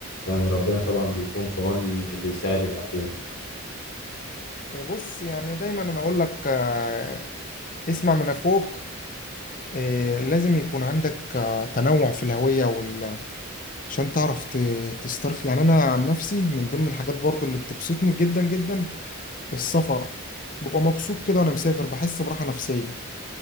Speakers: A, on the left; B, on the left.
A: يعني ربنا طبعا بيكون في عون اللي يساعد الأخوه
B: بص يعني دايما انا اقول لك آه، اسمع من اخوك آه، لازم يكون عندك آه، تنوع في الهوية وال... عشان تعرف ت- تسترخي يعني انا عن نفسي من ضمن الحاجات برضو اللي بتبسطني جدا جدا السفر ببقى مبسوط كده وانا مسافر بحس براحة نفسية